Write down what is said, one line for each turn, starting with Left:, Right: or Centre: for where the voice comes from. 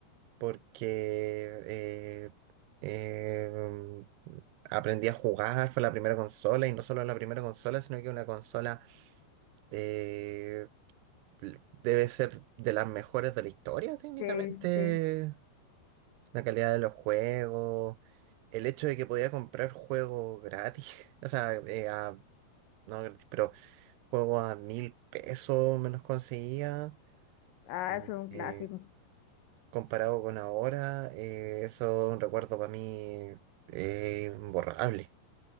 Right: porque eh, eh, aprendí a jugar, fue la primera consola, y no solo la primera consola, sino que una consola eh, debe ser de las mejores de la historia, técnicamente.
Left: Sí, sí.
Right: La calidad de los juegos, el hecho de que podía comprar juegos gratis, <laughs> o sea, eh, a- no gratis, pero juego a mil pesos me los conseguía.
Left: Ah,
Right: Y
Left: eso es un
Right: eh,
Left: clásico.
Right: comparado con ahora, eh, eso es un recuerdo para mí eh, imborrable.